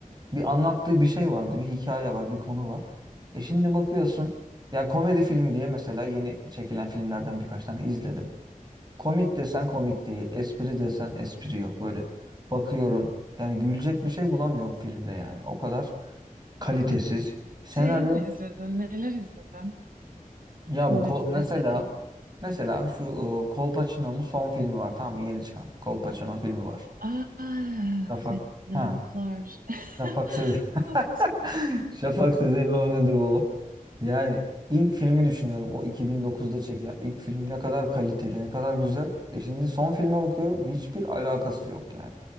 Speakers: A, on the right (about 30°); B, on the right (about 80°).
A: Bir anlattığı bir şey vardı, bir hikaye var, bir konu var. E şimdi bakıyorsun, ya komedi filmi diye mesela yeni çekilen filmlerden birkaç tane izledim. Komik desen komik değil, espri desen espri yok. Böyle bakıyorum, yani gülecek bir şey bulamıyorum filmde yani. O kadar kalitesiz. Senaryo,
B: Şey mi izledin? Neler izledin?
A: ya
B: Komedi
A: bu ko- mesela
B: dizileri.
A: mesela şu e, Kolpaçino'nun son filmi var tamam mı? Yeni çıkan Kolpaçino filmi var.
B: Aa,
A: Rafa.
B: fenalıklar.
A: Ha.
B: <laughs>
A: Şafak Sezer.
B: Kolpaçino.
A: <laughs> Şafak Sezer'in oynadığı o. Yani ilk filmi düşünüyorum. O 2009'da çekilen ilk film ne kadar kaliteli, ne kadar güzel. E şimdi son filme bakıyorum. Hiçbir alakası yok yani.